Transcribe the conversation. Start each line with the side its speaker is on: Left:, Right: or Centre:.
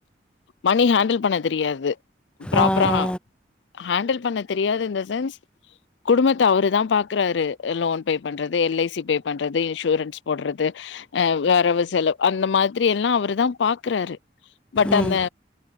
Left: மணி ஹேண்டில் பண்ண தெரியாது ப்ராப்பரா
Centre: ஆ ஆ
Left: ஹேண்டில் பண்ண தெரியாது இந்த சென்ஸ் குடும்பத்த அவரு தா பாக்கறாரு லோன் பே பண்றது எல் ஐ சி பே பண்றது இன்சூரன்ஸ் போட்றது அ வரவு செலவு அந்த மாதிரி எல்லா அவருதா பாக்குறாரு பட்
Centre: ம்
Left: அந்த